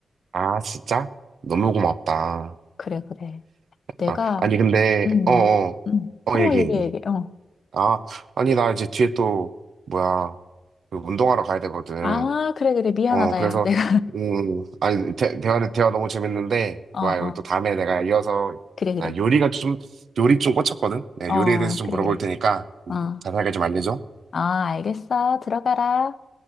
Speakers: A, on the right; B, on the left.
A: 아, 진짜? 너무 고맙다.
B: 그래, 그래. 내가
A: 아, 아니, 근데,
B: 음,
A: 어, 어,
B: 음.
A: 어,
B: 어,
A: 얘기,
B: 얘기해,
A: 얘기.
B: 얘기해. 어.
A: 아, 아니, 나 이제 뒤에 또, 뭐야, 그 운동하러 가야 되거든.
B: 아, 그래, 그래. 미안하다,
A: 어, 그래서,
B: 야. 내가.
A: 음, 아니, 대, 대화, 대화 너무 재밌는데,
B: <laughs> 어,
A: 뭐야,
B: 어.
A: 이거 또 다음에 내가 이어서,
B: 그래, 그래.
A: 나 요리가 좀, 요리 좀 꽂혔거든? 내가
B: 어,
A: 요리에 대해서 좀
B: 그래,
A: 물어볼
B: 그래.
A: 테니까,
B: 어.
A: 자세하게 좀 알려줘.
B: 아, 알겠어. 들어가라.